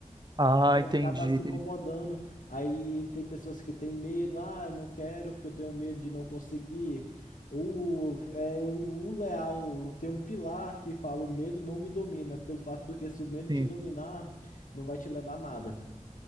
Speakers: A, on the right; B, on the left.
A: Ah,
B: Aí
A: entendi,
B: acaba se
A: entendi.
B: incomodando. Aí tem pessoas que têm medo, ah, eu não quero porque eu tenho medo de não conseguir. O, é, o, o leal tem um pilar que fala: o medo não me domina, pelo fato do que se o medo
A: sim
B: te dominar, não vai te levar a nada.